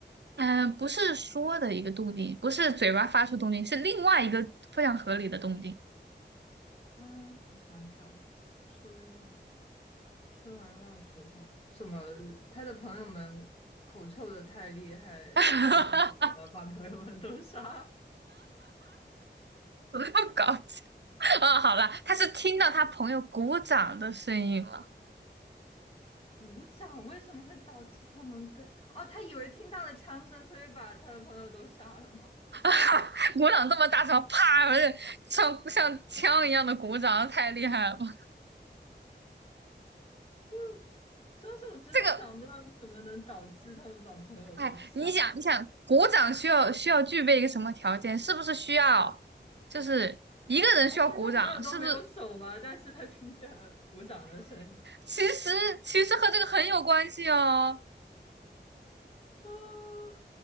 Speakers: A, on the right; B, on the left.
A: 嗯、不是说的一个动静，不是嘴巴发出动静，是另外一个非常合理的动静。
B: 啊，我想想，吹完吹完蜡烛后，怎么他的朋友们口臭的太厉害？
A: <laughs>
B: 他说呃，把朋友们都杀。
A: 怎么那么搞笑啊、好了，他是听到他朋友鼓掌的声音了，
B: 鼓掌为什么会导致他们的？哦，他以为听到了枪声，所以把他的朋友都杀了吗？
A: <laughs> 鼓掌这么大声，啪，不是，像像枪一样的鼓掌，太厉害了吧。
B: 嗯，主要是我真的想不到有什么能导致他们把朋友都杀
A: 这个，哎，你想，你想，鼓掌需要需要具备一个什么条件？是不是需要，就是一个人需要鼓掌？
B: 哦，所以他朋友都没有手吗？
A: 是不是？
B: <laughs> 但是他听见了鼓掌的声音，
A: 其实其实和这个很有关系哦。
B: 啊，